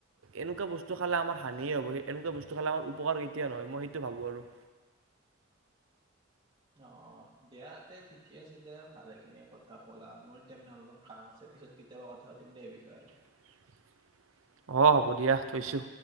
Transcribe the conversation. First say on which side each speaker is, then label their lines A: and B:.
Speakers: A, on the right; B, on the right.
A: এনেকুৱা বস্তু খালে আমাৰ হানিয়ে হব সেই এনেকুৱা বস্তু খালেমাৰ উপকাৰ কেতিয়া নহয়, মই সেইটো ভাবো আৰু। <inaudible>
B: অ' দিয়া তে ঠিকে আছে দে ভালেখিনিয়ে কথা ক'লা, মোৰ তাৰমানে অলপমান কাম আছে পিছত কেতিয়াবা কথা পাতিম দেই এই বিষয়ে।
A: <inaudible> অ' হ'ব দিয়া থৈছো।